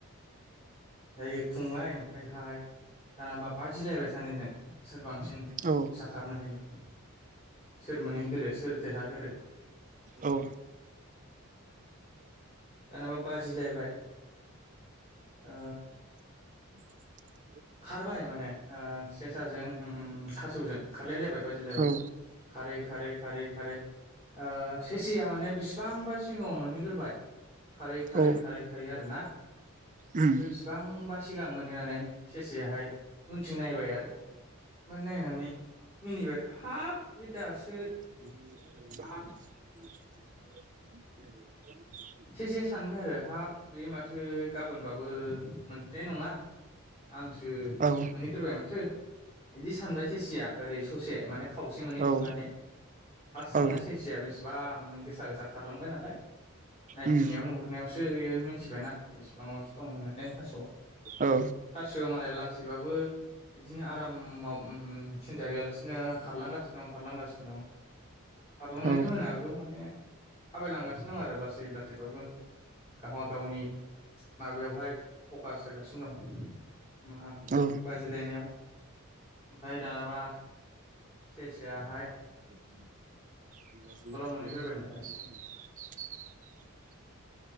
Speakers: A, on the left (about 30°); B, on the right (about 35°).
A: जायो खुंबाय ओमफ्रायहाय जानाबा बाजिलायबाय सानैजों सोर बांसिन
B: औ
A: फैसा खारनो हायो सोर मोनहैग्रो सोर देरहागोरो।
B: औ
A: जेनेबा बाजिलायबाय ओ
B: <inaudible>
A: खारबाय माने सेसाजों खासेवजों खारलायलायबाय बाजिलायबाय
B: औ
A: खारै खारै खारै खारै ओ सेसाया माने बिसिबांबा सिगाङाव मोनहैग्रोबाय खारै खारै
B: औ
A: खारै खारै आरोना
B: उम
A: बेसेबांबा सिगां मोनहैनानै सेसायाहाय उनथिं नायबाय आरो ओफ्राय नायनानै मिनिबाय हाब बे दासो
B: <inaudible>
A: हा इसे इसे सानबाय आरो हाब बे माथो गाबोनबाबो मोनफैनाय नङा आंसो
B: औ
A: मोनहैग्रोबाय माथो बिदि सानबायसो सेसाया ओरै ससे माने खावसे मोनहै
B: औ
A: खांनानै फास्स्टआवनो
B: औ
A: सेसाया बेसेबा गोसा गोसा खारलांबाय नालाय नायफिननायाव
B: उम
A: नुहुरनायावसोयो मिथिबायनाा इसिबाङावसो दं होननानै खासेव आ
B: औ
A: खासेवा मालाय लासैबाबो बिदिनो आरामाव सिन्था गैयालासि नो खारला खारलांगासिनो दं खारलांगासिनो दं खारलांनायाथ'
B: औ
A: होना बेखौ माने थाबायलांगासिनो दं आरो लासै लासैबाबो गावबा गावनि माबेवहाय फकास होगासिनो दं मा
B: औ
A: बाजिलायनायाव ओमफ्राय दानाबा सेसायाहाय
B: <unintelligible>
A: मोनहैग्रोबाय नालाय